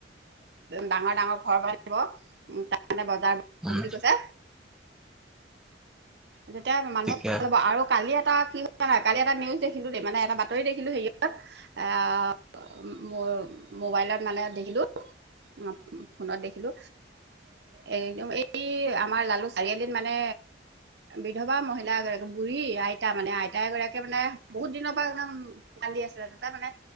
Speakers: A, on the right; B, in the centre.
A: ডাঙৰ ডাঙৰ ঘৰ বনাই দিব তাৰে বজাৰ
B: উম
A: বুলি কৈছে। তেতিয়া মানুহ
B: ঠিকে আছে
A: ভাল হ'ব আৰু কালি এ এ কি নাই কালি এটা নিউজ দেখিলো দেই মানে এটা বাতৰি দেখিলো সেয়ত আহ মোবাইলত মানে দেখিলোঁ
B: <unintelligible>
A: অ ফোনত দেখিলো এদম এই আমাৰ লালু চাৰিআলিত মানে বিধৱা মহিলা এগৰাকী বুঢ়ী আইতা মানে আইতা এগৰাকে মানে বহুত দিনৰ পৰা একদম আছিলে তাতে মানে